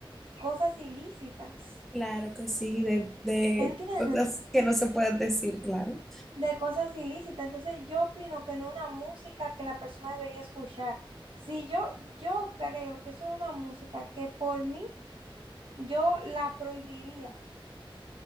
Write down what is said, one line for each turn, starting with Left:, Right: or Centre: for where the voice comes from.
Right: cosas ilícitas.
Centre: claro que sí, de, de
Right: ¿Entiendes?
Centre: cosas que no se pueden decir, claro.
Right: De cosas ilícitas. Entonces, yo opino que no es una música que la persona debería escuchar. Si yo, yo creo que eso es una música que por mí yo la prohibiría.